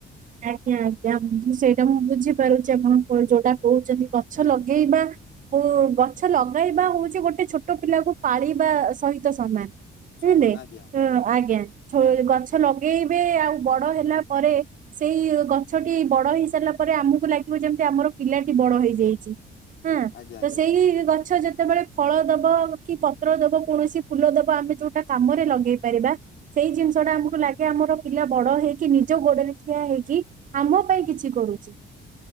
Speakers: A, on the right; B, on the left.
A: ଆଜ୍ଞା ଆଜ୍ଞା ସେଇଟା ମୁଁ ବୁଝିପାରୁଚି ଆପଣ କଣ ଯୋଉଟା କହୁଚନ୍ତି ଗଛ ଲଗେଇବା କୁ ଗଛ ଲଗାଇବା ହଉଚି ଗୋଟେ ଛୋଟ ପିଲାକୁ ପାଳିବା ସହିତ ସମାନ।
B: ସମାନ
A: ବୁଝିଲେ,
B: ଆଜ୍ଞା
A: ଆଜ୍ଞା ଛୋ-ଗଛ ଲଗେଇବେ ଆଉ ବଡ ହେଲା ପରେ ସେଇ ଗଛଟି ବଡ ହେଇ ସାରିଲା ପରେ ଆମୁକୁ ଲାଗିବ ଯେମିତି ଆମର ପିଲାଟି ବଡ ହେଇଯାଇଚି। ହଁ
B: ଆଜ୍ଞା ଆଜ୍ଞା।
A: ତ ସେଇ ଗଛ ଯେତେବେଳେ ଫଳ ଦବ କି ପତ୍ର ଦବ କୌଣସି ଫୁଲ ଦବ ଆମେ ଯୋଉଟା କାମରେ ଲଗେଇ ପାରିବା ସେଇ ଜିନିଷ ଟା ଆମୁକୁ ଲାଗେ ଆମର ପିଲା ବଡ ହେଇକି ନିଜ ଗୋଡରେ ଠିଆ ହେଇକି ଆମ ପାଇଁ କିଛି କରୁଚି।